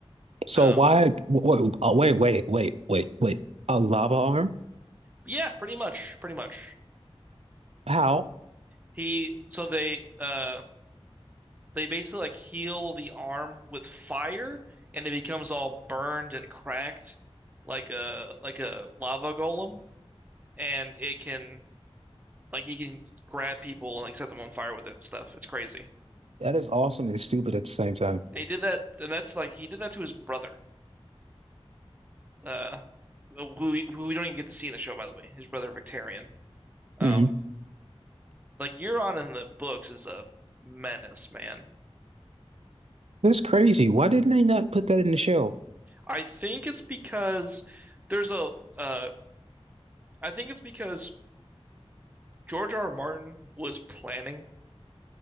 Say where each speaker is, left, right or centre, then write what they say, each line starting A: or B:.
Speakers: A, on the right; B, on the right.
A: So
B: Um,
A: why wait, oh, wait, wait, wait, wait, wait. A lava arm?
B: yeah, pretty much, pretty much.
A: How?
B: He so they uh they basically like heal the arm with fire, and it becomes all burned and cracked like a like a lava golem, and it can like he can grab people and like set them on fire with it and stuff. It's crazy.
A: That is awesome and stupid at the same time.
B: And he did that, and that's like he did that to his brother. uh, who we, who we don't even get to see in the show, by the way, his brother Victarion. Um,
A: Mm-hmm.
B: like Euron in the books is a menace, man.
A: That's crazy. Why didn't they not put that in the show?
B: I think it's because there's a uh, I think it's because George R. R. Martin was planning